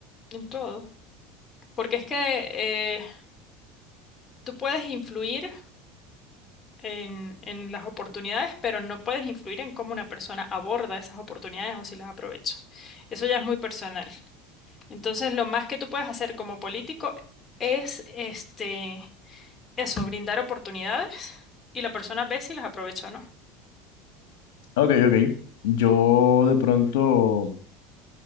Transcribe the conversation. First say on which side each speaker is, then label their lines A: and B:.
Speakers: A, on the left; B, on the left.
A: en todo. Porque es que eh, tú puedes influir. en, en las oportunidades, pero no puedes influir en cómo una persona aborda esas oportunidades o si las aprovecha. Eso ya es muy personal. Entonces, lo más que tú puedes hacer como político es este, eso, brindar oportunidades y la persona ve si las aprovecha o no.
B: Ok, ok. Yo de pronto,